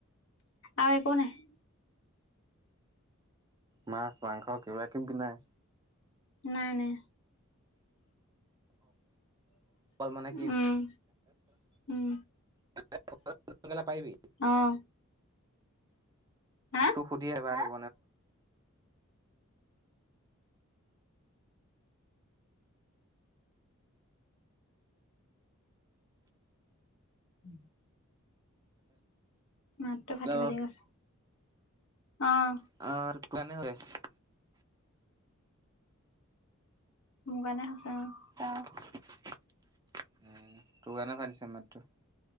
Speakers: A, on the left (about 70°); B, on the right (about 20°).
A: আৰু একো নাই।
B: মাছ মাংস কিবা কিবি নাই?
A: নাই নাই।
B: অকল মানে কি
A: উম উম।
B: <unintelligible>
A: অ'। হা
B: তোক সোধি <unintelligible>
A: <unintelligible> মাতটো ফাটি
B: হেল্ল'
A: ফাটি গৈছে। অ'।
B: অ', <unintelligible>
A: মোৰ কাৰনে হৈছে অ'।
B: অ'। উম, তোৰ কাৰণে ফাটিছে মাতটো।